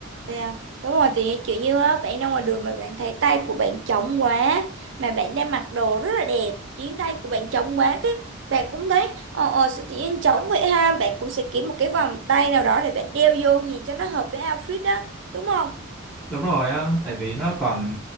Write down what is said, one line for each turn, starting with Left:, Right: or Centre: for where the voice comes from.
Right: Thì, à, đúng rồi thì kiểu như á, bạn ra ngoài đường mà bạn thấy tay của bạn trống quá mà bạn đang mặc đồ rất là đẹp khiến tay của bạn trống quá cái bạn cũng thấy ờ ờ sao tự nhiên trống vậy ha bạn cũng sẽ kiếm một cái vòng tay nào đó để bạn đeo vô nhìn cho nó hợp với outfit đó đúng không
Centre: Đúng rồi, á, tại vì nó còn